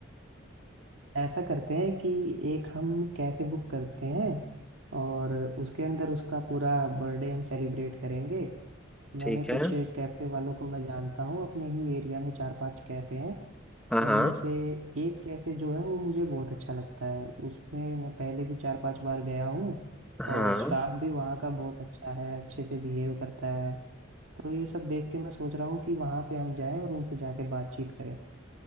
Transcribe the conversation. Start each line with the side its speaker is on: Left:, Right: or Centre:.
Right: ऐसा करते हैं कि एक हम कैफे बुक करते हैं और उसके अंदर उसका पूरा बर्थडे हम सेलिब्रेट करेंगे
Centre: ठीक
Right: मैंने कुछ
Centre: है
Right: कैफे वालों को मैं जानता हूँ अपने ही एरिया में चार पांच कैफे हैं
Centre: हाँ
Right: उनमें
Centre: हाँ
Right: से एक कैफे जो है वो मुझे बहुत अच्छा लगता है उसमें मैं पहले भी चार पांच बार गया हूँ
Centre: हाँ
Right: और स्टाफ भी वहाँ का बहुत अच्छा है अच्छे से बिहेव करता है तो ये सब देख के मैं सोच रहा हूँ कि वहाँ पे हम जाएं और उनसे जाके बातचीत करें